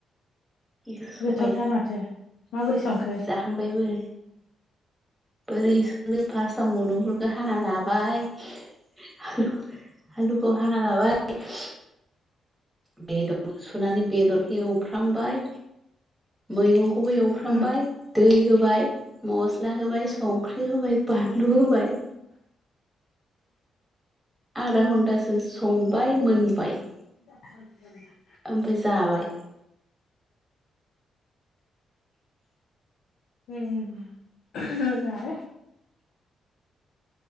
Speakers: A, in the centre; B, on the left.
A: बेखौसो संबाय
B: गोथावथार माथो माबोरै संखो
A: जाखांबायबो बोरै संखो फास्टआव मुदुमफुलखौ हाना लाबाय आलुखौ आलुखौ हाना लाबाय बेदर सुनानै बेदरखौ एवफ्रामबाय मैगंखौबो एवफ्रामबाय
B: उम
A: दै होबाय मस्ला होबाय संख्रि होबाय बानलु होबाय आधा घन्टासो संबाय मोनबाय
B: <unintelligible>
A: ओमफाय जाबाय
B: उम मोजाङानो